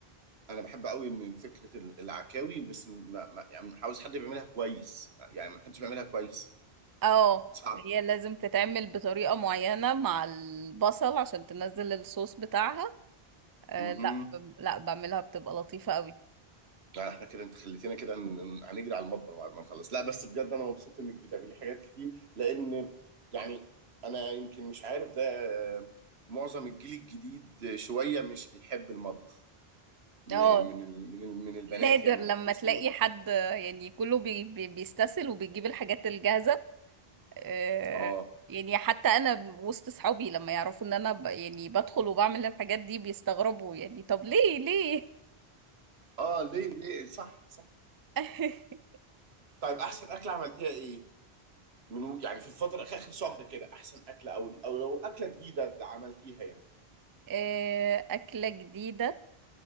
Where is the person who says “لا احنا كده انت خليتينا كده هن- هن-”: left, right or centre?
Right